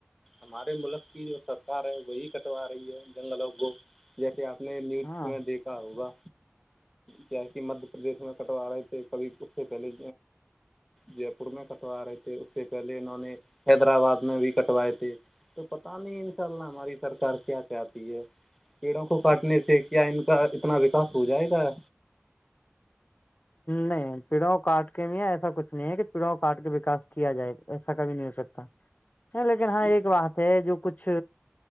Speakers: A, in the centre; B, on the left.
A: ہمارے ملک کی جو سرکار ہے وہی کٹوا رہی ہے جنگلوں کو جیسے آپ نے نیوز
B: ہاں
A: میں دیکھ ہوگا کیا کہ مدہ پردیش میں کٹوا آ رہے تھے کبھی اس سے پہلے جے پور میں کٹوا رہے تھے اس سے پہلے انہوں نے حیدرآباد میں بھی کٹوائے تھے تو پتا نہیں ان شاء اللہ ہماری سرکار کیا چاہتی ہے پیڑوں کو کاٹنے سے کیا ان کا اتنا وکاس ہو جائے گا
B: نہیں پیڑوںں کاٹ کے بھی ایسا کچھ نہیں ہے کہ پیڑوں کاٹ کے وکاس کیا جائے ایسا کبھی نہیں ہو سکتا لیکن ہاں
A: جی
B: ایک بات ہے جو کچھ